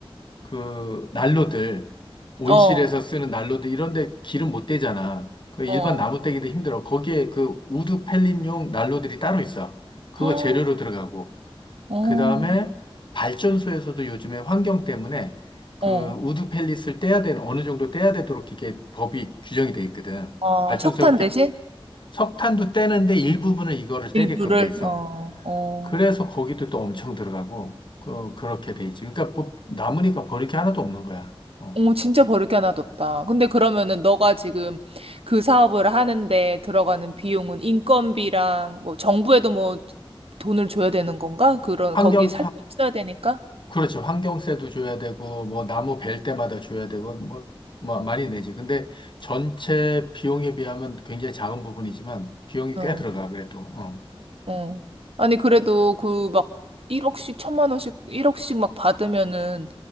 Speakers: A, on the left; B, on the right.
A: 그, 난로들, 온실에서
B: 어,
A: 쓰는 난로들, 이런데 기름 못 대잖아. 그 일반
B: 어.
A: 나무 떼기도 힘들어. 거기에 그 우드 펠린용 난로들이 따로 있어. 그거
B: 헉,
A: 재료로 들어가고.
B: 어,
A: 그 다음에 발전소에서도 요즘에 환경 때문에 그
B: 어.
A: 우드 펠릿을 떼야 되는 어느 정도 떼야 되도록 이게 법이 규정이 돼 있거든.
B: 어,
A: 발전소를
B: 석탄
A: 그렇게
B: 대신?
A: 석탄도 떼는데 일부분은 이거를 떼게끔
B: 일부를
A: 돼 있어.
B: 어, 어.
A: 그래서 거기도 또 엄청 들어가고 그 그렇게 돼 있지. 그러니까 뭐 남으니까 버릴 게 하나도 없는 거야. 어.
B: 어, 진짜 버릴 게 하나도 없다. 근데 그러면은 너가 지금 그 사업을 하는데 들어가는 비용은 인건비랑 뭐 정부에도 뭐 돈을 줘야 되는 건가? 그런
A: 환경
B: 거기 살짝 써야 되니까.
A: 그렇지. 환경세도 줘야 되고, 뭐, 나무 벨 때마다 줘야 되고, 뭐, 뭐, 많이 내지. 근데 전체 비용에 비하면 굉장히 작은 부분이지만, 비용이
B: 어,
A: 꽤 들어가, 그래도. 어.
B: 어. 아니 그래도 그 막 1억씩 천만 원씩 1억씩 막 받으면은